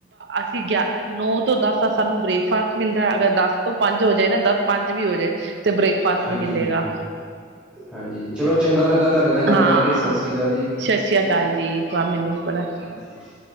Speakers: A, on the right; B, in the centre.
A: ਅਸੀਂ ਗਿਆ <inaudible> ਨੌ ਤੋਂ ਦਸ ਦਾ ਸਾਨੂੰ ਬ੍ਰੇਕਫਾਸਟ ਮਿਲਦਾ ਅਗਰ ਦਸ ਤੋਂ ਪੰਜ ਹੋ ਜਾਏ ਨਾ ਦਸ ਪੰਜ ਵੀ ਹੋ ਜਾਏ ਤੇ ਬ੍ਰੇਕਫਾਸਟ
B: ਹਾਂਜੀ
A: ਨਹੀਂ ਮਿਲੇਗਾ।
B: ਹਾਂਜੀ ਹਾਂਜੀ ਚਲੋ ਚੰਗਾ ਲੱਗਾ ਤੁਹਾਡੇ ਨਾਲ ਗੱਲ
A: ਹਾਂ
B: ਕਰਕੇ ਸਤਿ ਸ੍ਰੀ ਅਕਾਲ ਜੀ
A: ਸਤਿ ਸ੍ਰੀ ਅਕਾਲ ਜੀ। ਗ ਮਿਲ ਬੜ <inaudible>
B: <unintelligible>